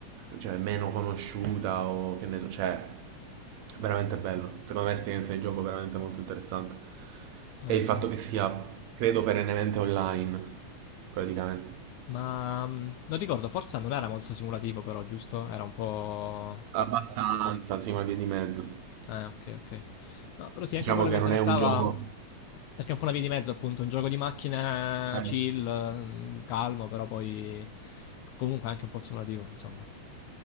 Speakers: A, on the right; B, on the left.
A: cioè, meno conosciuta o che ne so, cioè, veramente bello. Secondo me è esperienza di gioco veramente molto interessante.
B: Eh
A: E il
B: sì.
A: fatto che sia, credo, perennemente online, praticamente.
B: Ma mm, non ricordo, Forza non era molto simulativo però, giusto? Era un po'...
A: Abbastanza, sì, una via di mezzo.
B: Eh, ok, ok. No, però sì, anche
A: Diciamo
B: quello
A: che
B: mi interessava
A: non è un gioco.
B: perché è un po' una via di mezzo, appunto, un gioco di macchine
A: eh,
B: chill, mm, calmo, però poi comunque anche un po' simulativo, insomma.